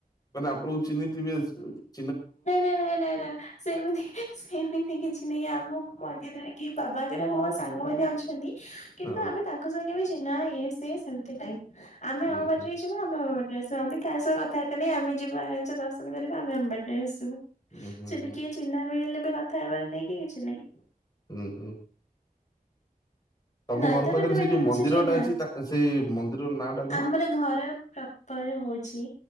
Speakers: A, on the left; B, on the left.
A: ମାନେ ଆପଣଙ୍କୁ ଚିହ୍ନିଥିବେ ସେ
B: ନା ନା ନା ନା ନା ସେମିତି ହିଁ ସେମିତି କିଛି ନାଇଁ ଆମକୁ ମନ୍ଦିରରେ କି ବାବାଙ୍କ ର ମୋ ସାଙ୍ଗମାନେ ଅଛନ୍ତି କିନ୍ତୁ
A: ହଁ
B: ଆମେ ତାଙ୍କ ଜଣେ ଜଣେ ଚିହ୍ନା ଇଏ ସିଏ ସେମିତି ନାଇଁ ଆମେ
A: ହୁଁ
B: ଆମ ବାଟରେ
A: ହୁଁ
B: ଯିବୁ। ଆମେ ଆମ ବାଟେରେ ଆସୁ ଆମେ କାହା ସହ କଥାବାର୍ତ୍ତା ନାଇଁ ଆମେ ଯିବୁ ଆରାମ୍ ସେ ଦର୍ଶନ କରିବୁ ଆମେ ଆମ ବାଟେରେ ଆସିବୁ।
A: ହୁଁ ହୁଁ
B: ସେଠି
A: ହୁଁ
B: କିଏ ଚିହ୍ନା ମିଳିଲେ ବି କଥା ହବାର ନାଇଁ କି କିଛି ନାଇଁ।
A: ଉଁ ହୁଁ। ତମ
B: ଦଇତାପତିମାନେ
A: ଘର ପାଖରେ ସେଇ ଯୋଉ
B: ଅବଶ୍ୟ
A: ମନ୍ଦିର
B: ଚିହ୍ନା
A: ଟା ଅଛି ତା ସେଇ ମନ୍ଦିର ନାଁ ଟା କଣ?
B: ଆମର ଘର ପ୍ରପ୍ ପର ହଉଛି